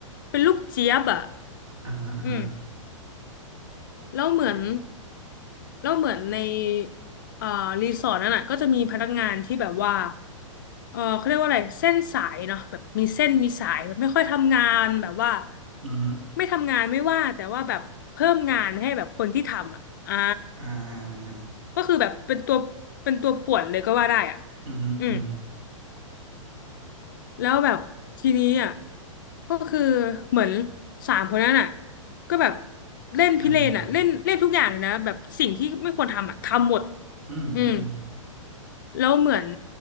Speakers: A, on the left; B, on the right.
A: เป็นลูกเจี๊ยบอ่ะ
B: อ่าฮะอ่าฮะ
A: อืม แล้วเหมือนแล้วเหมือนในเอ่อรีสอร์ทนั้นอ่ะก็จะมีพนักงานที่แบบว่าเออเขาเรียกว่าอะไรเส้นสายเนาะแบบมีเส้นมีสายแบบไม่ค่อยทำงานแบบว่า
B: อือหือ
A: ไม่ทำงานไม่ว่าแต่ว่าแบบเพิ่มงานให้แบบคนที่ทำอ่ะอ่า
B: อ่าอ่าอ่า
A: ก็คือแบบเป็นตัวเป็นตัวป่วนเลยก็ว่าได้อ่ะ
B: อือหืออือหือ
A: อืม แล้วแบบทีนี้อ่ะก็คือเหมือนสามคนนั้นอ่ะก็แบบเล่นพิเรนอ่ะเล่นเล่นทุกอย่างเลยนะแบบสิ่งที่ไม่ควรทำอ่ะทำหมด
B: อ่าอ่าอ่าอืมอืม
A: อืมแล้วเหมือน